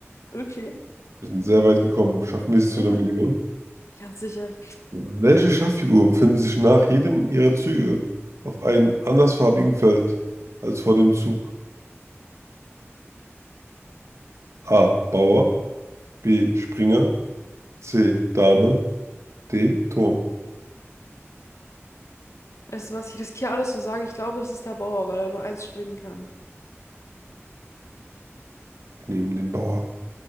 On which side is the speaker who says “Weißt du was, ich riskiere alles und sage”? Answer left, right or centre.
Left